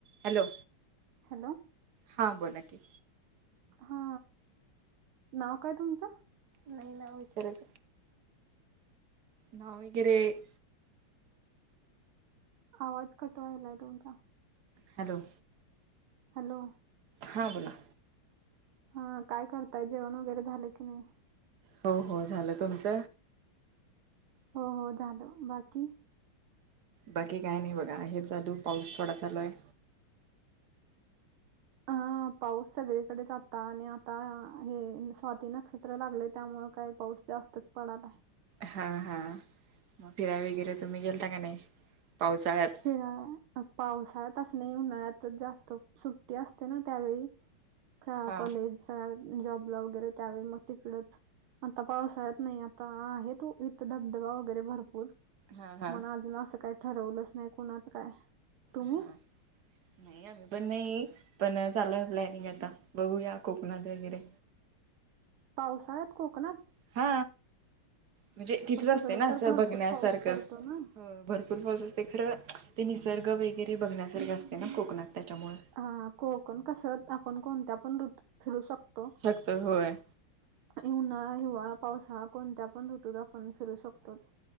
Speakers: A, on the right (about 60°); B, on the right (about 80°).
A: Hello.
B: Hello.
A: हा बोला की?
B: हा नाव काय तुमचं?
A: नाही नावं विचारच. नावं वगैरे-
B: आवाज कटवायला आहे तुमचा.
A: हॅलो.
B: हॅलो..
A: हां बोला.
B: हा काय करताय जेवण वगैरे झालं की नाही?
A: हो हो झालं तुमचं?
B: हो हो झालं बाकी.
A: बाकी काय नाही बघा हे चालू पाऊस थोडा चालू आहे.
B: हा पाऊस सगळीकडे आता. आता आणि आता हे स्वाती नक्षत्र लागले त्यामुळे काही पाऊस जास्तच पडालाय.
A: हां हां मग फिराय वगैरे तुम्ही गेलता का नाही पावसाळ्यात.
B: फिराया. अ पावसाळ्यात असं नाही उन्हाळ्यातच जास्त सुट्टी असते ना त्यावेळी. शाळा
A: हा
B: कॉलेज जॉबला वगैरे त्यावेळी मग तिकडच. आता पावसाळ्यात नाही आता आहे तू इथ धबधबा वगैरे भरपूर.
A: हा हा
B: मना अजून असं काही ठरवलंच नाही कुणाच काय. तुम्ही
A: हां. नाही आम्ही पण नाही पण चालू आहे प्लॅनिंग आता बघूया कोकणात वगैरे.
B: पावसाळ्यात कोकणात?
A: हा म्हणजे तिथेच
B: पण
A: असते
B: तिकड
A: ना
B: तर
A: असं
B: भरपूर
A: बघण्यासारखं
B: पाऊस पडतो ना
A: भरपूर. पाऊस असते खरं ते निसर्ग वगैरे बघण्यासारखे असते ना कोकणात त्याच्यामुळे.
B: ह कोकण कसं आपण कोणत्या पण ऋतू फिरू शकतो.
A: शकतो होय.
B: उन्हाळा हिवाळा पावसाळा कोणत्या पण ऋतूत आपण फिरू शकतोच.